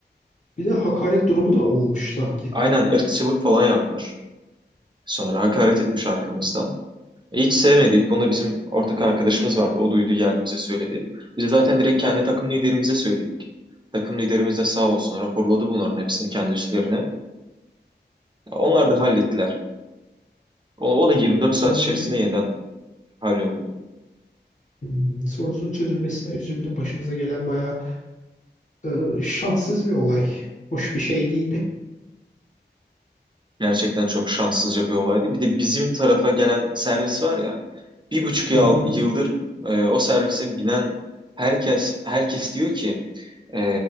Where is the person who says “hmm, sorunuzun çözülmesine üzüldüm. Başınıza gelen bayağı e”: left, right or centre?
Left